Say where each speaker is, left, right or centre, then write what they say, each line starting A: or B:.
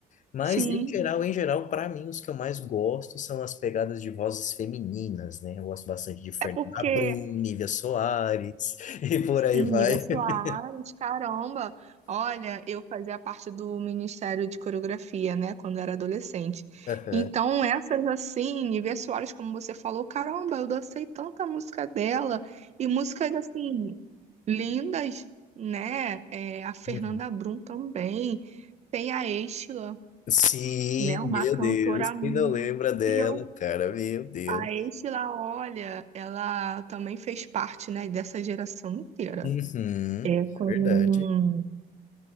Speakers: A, on the left (about 50°); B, on the right (about 40°).
A: Mas,
B: Sim.
A: em geral, em geral, para mim, os que eu mais gosto são as pegadas de vozes femininas, né? Eu gosto bastante de Fernanda
B: É porque.
A: Brum, Nívia Soares, <laughs> e por aí
B: Sim,
A: vai.
B: Ida
A: <laughs>
B: Soares, caramba! Olha, eu fazia parte do Ministério de Coreografia, né, quando era adolescente.
A: Aham.
B: Então, essas assim, Ivete Soares, como você falou, caramba, eu dancei tanta música dela, e músicas assim, lindas, né? É, a Fernanda
A: Uhum.
B: Brum também, tem a Estela,
A: Sim,
B: né, uma
A: meu
B: cantora.
A: Deus,
B: mu-
A: quem não lembra dela,
B: E eu,
A: cara, meu Deus.
B: a Estela, olha, ela também fez parte, né, dessa geração inteira.
A: Uhum,
B: É com
A: verdade.